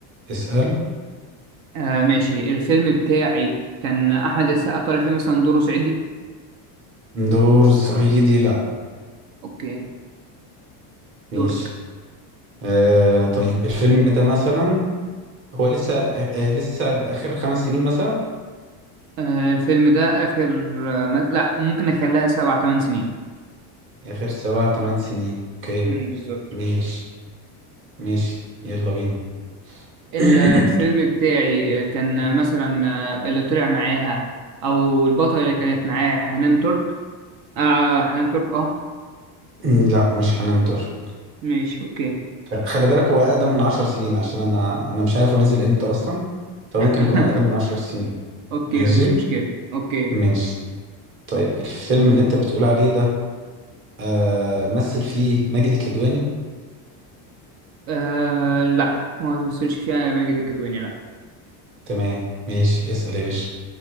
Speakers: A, on the right; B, on the right.
A: اسأل
B: آه ماشي الفيلم بتاعي كان احمد السقا طالع فيه مثلا دوره صعيدي
A: دور صعيدي لا
B: اوكي
A: ماشي
B: دورك
A: آه طيب الفيلم ده مثلا هو لسه آه آه، لسه آخر خمس سنين مثلا
B: آه الفيلم ده اخر آه ما... لا ممكن اخليها سبع ثمان سنين
A: آخر سبع تمن سنين اوكي
B: امم بالظبط
A: ماشي ماشي يلا بينا
B: الفيلم
A: مم.
B: بتاعي كان مثلا اللي طلع معاها او البطلة اللي كانت معاها حنان ترك آه حنان ترك اه
A: مم، لا مش حنان ترك
B: ماشي اوكي
A: خلي بالك هو أقدم من عشر سنين عشان أنا أنا مش عارف هو نزل إمتى أصلا فممكن
B: <laughs>
A: يكون أقدم من عشر سنين
B: اوكي
A: ماشي
B: مفيش مشكلة اوكي
A: ماشي طيب الفيلم اللي أنت بتقول عليه ده آه مثل فيه ماجد الكدواني
B: آه لا ما وصلش فيها ماجد الكدواني لا
A: تمام ماشي اسأل يا باشا